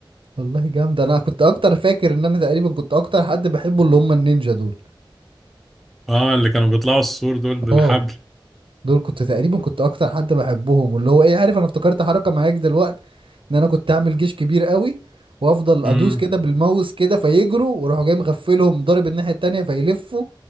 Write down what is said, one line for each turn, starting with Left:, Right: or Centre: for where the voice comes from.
Right: والله جامد انا كنت اكتر فاكر ان انا تقريبا كنت اكتر حد بحبه اللي هم النينجا دول
Centre: اه اللي كانوا بيطلعوا السور دول بالحبل
Right: اه دول كنت تقريبا كنت اكتر حد بحبهم واللي هو ايه عارف انا افتكرت حركة معاك دلوقتي ان انا كنت اعمل جيش كبير قوي وافضل
Centre: امم
Right: ادوس كده بالماوس كده فيجروا واروح جاي مغفلهم ضارب الناحية التانية فيلفوا